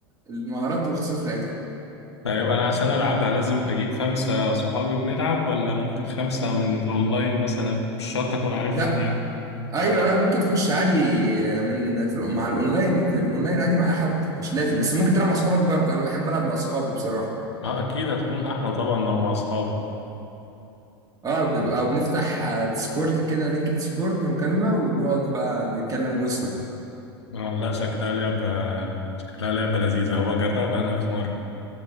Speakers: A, on the right (about 25°); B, on the left (about 85°).
A: المهارات والخصائص بتاعتهم
B: طيب انا عشان العبها لازم اجيب خمسة صحابي وبنلعب ولا ممكن خمسة من الاونلاين مثلا مش شرط اكون عارفهم
A: لا
B: يعني
A: ايوه لا ممكن تخش عادي من في الأون- مع الاونلاين في الاونلاين عادي مع احد مش لازم بس ممكن تلعب مع اصحابك برضه انا بحب العب مع اصحابي بصراحه
B: اه اكيد هتكون احلى طبعا لو مع اصحابي
A: اه بيبقى او بنفتح آه، ديسكورد كده لينك ديسكورد مكالمه ونقعد بقى نتكلم ونسهر
B: اه لا شكلها لعبة شكلها لعبة لذيذة هبقى اجربها انا في مرة